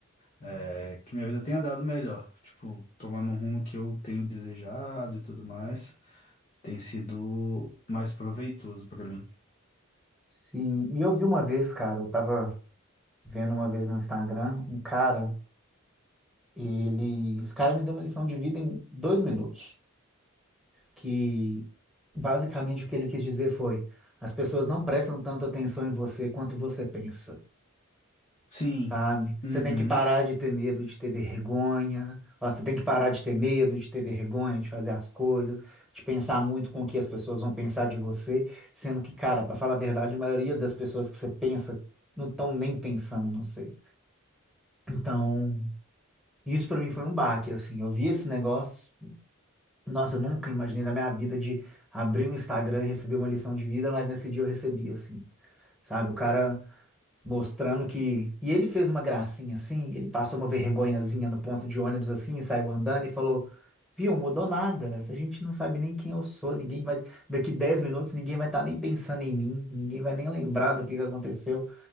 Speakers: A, on the left; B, in the centre.
A: é, que minha vida tem andado melhor, tipo, tomando um rumo que eu tenho desejado e tudo mais, tem sido mais proveitoso pra mim.
B: Sim, e eu vi uma vez, cara, eu tava vendo uma vez no Instagram, um cara, ele, esse cara me deu uma lição de vida em dois minutos. que basicamente o que ele quis dizer foi: as pessoas não prestam tanto atenção em você quanto você pensa,
A: Sim.
B: sabe?
A: Uhum.
B: Você tem que parar de ter medo de ter vergonha, ó, você tem que parar de ter medo de ter vergonha de fazer as coisas, de pensar muito com o que as pessoas vão pensar de você, sendo que, cara, para falar a verdade, a maioria das pessoas que você pensa não estão nem pensando no você. Então, isso para mim foi um baque, assim. Eu vi esse negócio. Nossa, eu nunca imaginei na minha vida de abrir o Instagram e receber uma lição de vida, mas nesse dia eu recebi, assim, sabe? O cara mostrando que. E ele fez uma gracinha, assim, ele passou uma vergonhazinha no ponto de ônibus, assim, e saiu andando e falou: Viu, mudou nada, a gente não sabe nem quem eu sou, ninguém vai. Daqui 10 minutos ninguém vai estar nem pensando em mim, ninguém vai nem lembrar do que que aconteceu.